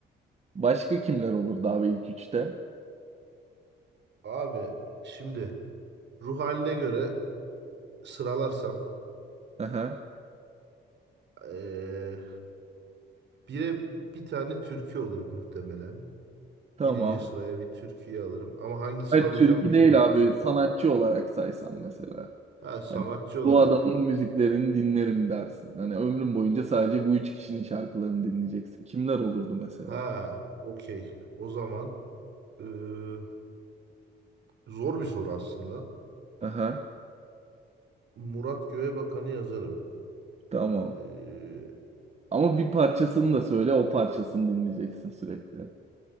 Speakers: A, on the right (about 35°); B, on the right (about 65°).
A: Başka kimler olurdu abi ilk üçte?
B: Abi şimdi ruh haline göre sıralarsam
A: Aha.
B: eee bire bir tane türkü olur muhtemelen.
A: Tamam.
B: Birinci sıraya bir türküyü alırım ama hangisini
A: Hayır
B: alacağım
A: türkü
B: bilmiyorum
A: değil abi
B: şu an.
A: sanatçı olarak saysam mesela.
B: Ha, sanatçı
A: Hani
B: olarak.
A: bu adamın müziklerini dinlerim dersin. Hani ömrüm boyunca sadece bu üç kişinin şarkılarını dinleyeceksin. Kimler olurdu mesela?
B: Ha okey o zaman eee, zor bir soru aslında.
A: Aha.
B: Murat Göğebakan'ı yazarım.
A: Tamam.
B: Ee,
A: Ama bir parçasını da söyle o parçasını dinleyeceksin sürekli.